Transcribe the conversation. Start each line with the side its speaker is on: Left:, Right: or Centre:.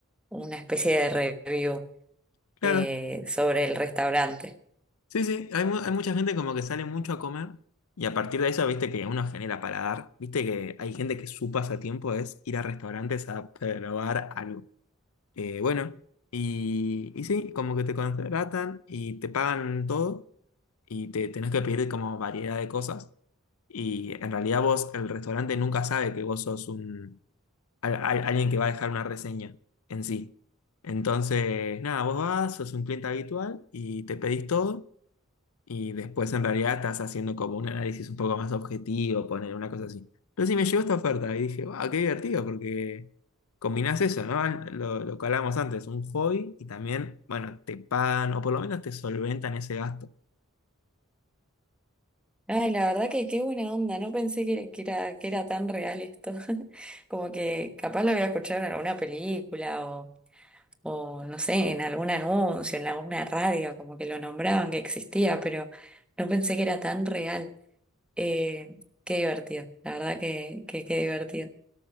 Centre: una especie de review
Left: Claro.
Centre: eh, sobre el restaurante.
Left: Sí, sí. Hay, mu- hay mucha gente como que sale mucho a comer y a partir de eso, viste que uno genera paladar. Viste que hay gente que su pasatiempo es ir a restaurantes a probar algo. Eh, bueno, y, y sí, como que te contratan y te pagan todo y te tenés que pedir como variedad de cosas. Y en realidad vos, el restaurante nunca sabe que vos sos un, al- al- alguien que va a dejar una reseña en sí. Entonces, nada, vos vas, sos un cliente habitual y te pedís todo y después en realidad estás haciendo como un análisis un poco más objetivo, poner una cosa así. Entonces sí me llegó esta oferta y dije, wow, qué divertido porque combinás eso, ¿no? Lo, lo que hablábamos antes, un hobby y también, bueno, te pagan o por lo menos te solventan ese gasto.
Centre: Ay, la verdad que qué buena onda, no pensé que, que era, que era tan real esto. <laughs> Como que capaz lo había escuchado en alguna película o, o no sé, en algún anuncio, en alguna radio, como que lo nombraban que existía, pero no pensé que era tan real. Eh, qué divertido, la verdad que, que qué divertido.